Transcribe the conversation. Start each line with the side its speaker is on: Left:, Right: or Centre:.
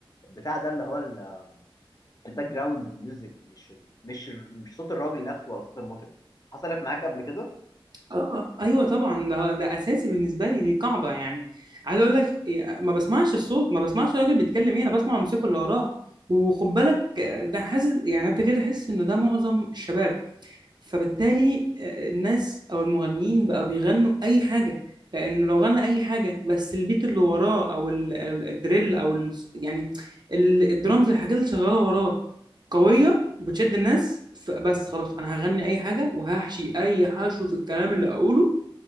Left: البتاع ده اللي هو ال- الباك جراوند ميوزك مش ال مش ال مش صوت الراجل نفسه ولا صوت المطرب حصلت معاك قبل كده
Right: آه آه ايوه طبعا ده ده اساسي بالنسبه لي دي قاعده يعني عايز اقول لك إيه، ما بسمعش الصوت ما بسمعش الراجل بيتكلم ايه انا بسمع الموسيقى اللي وراه وخد بالك آه، ده حاسس يعني أنا ابتديت احس انه ده معظم الشباب فبالتالي آه، الناس او المغنيين بقى بيغنوا اي حاجه لان لو غنى اي حاجه بس البيت اللي وراه او ال- ال- الدريل او ال يعني ال- الدرامز الحاجات اللي شغاله وراه قويه وبتشد الناس ف- بس خلاص انا هغني اي حاجه وهحشي اي حشو في الكلام اللي اقوله